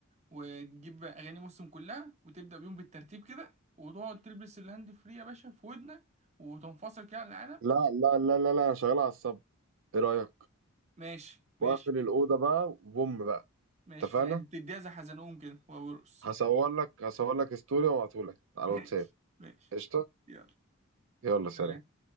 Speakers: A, on the right; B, on the right.
A: وتجيب اغاني مسلم كلها وتبدا بيهم بالترتيب كده وتقعد تلبس الهاند فري يا باشا في ودنك وتنفصل كده على العالم
B: لا لا لا لا لا انا شغال على الصب ايه رايك
A: ماشي ماشي
B: واقفل الاوضه بقى وبوم بقى
A: ماشي
B: اتفقنا
A: زي تديها زي حزنهم كده وابو رقص
B: هصور لك هصور لك ستوري وابعته لك
A: <laughs>
B: على
A: ماشي
B: الواتساب
A: ماشي
B: قشطة
A: يلا
B: يلا سلام
A: سلام